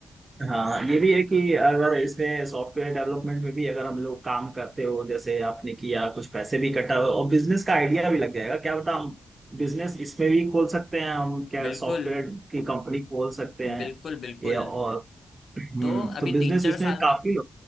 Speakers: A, on the right (about 35°); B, on the left (about 70°).
A: हाँ ये भी है कि अगर इसमें सॉफ्टवेयर डेवलपमेंट में भी अगर हम लोग काम करते हो जैसे आपने किया कुछ पैसे भी कटा और बिजनेस का आइडिया भी लग जाएगा क्या बता हम बिजनेस इसमें भी खोल सकते हैं हम क्या
B: बिल्कुल
A: सॉफ्टवेयर की कंपनी खोल सकते हैं
B: बिल्कुल बिल्कुल
A: ये और हम्म
B: तो
A: तो
B: अभी
A: बिजनेस
B: तीन चार
A: इसमें
B: साल
A: काफी
B: में